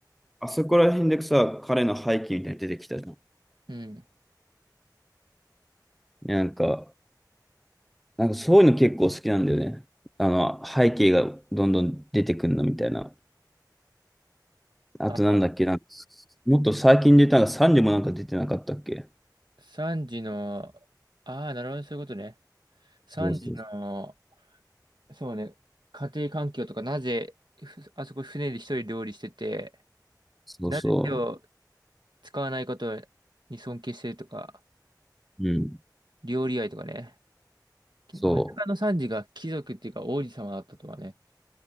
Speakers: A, in the centre; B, on the right.
A: あそこら辺でさ、彼の背景みたいに出てきたじゃん。
B: うん。
A: なんか、なんかそういうの結構好きなんだよね。あの、背景がどんどん出てくんのみたいな。あとなんだっけ、
B: あ、
A: なんか、もっと最近出たのがサンジもなんか出てなかったっけ
B: 3時の、ああ、なるほどね、そういうことね。3時の
A: そうそう。
B: そうね、家庭環境とか、なぜ、ふあそこ船で一人料理してて、
A: そうそ
B: なぜ手を使わないことに尊敬してるとか、
A: う。うん。
B: 料理愛とかね。きまさかのサンジが貴族っていうか王子様だったとはね。
A: そ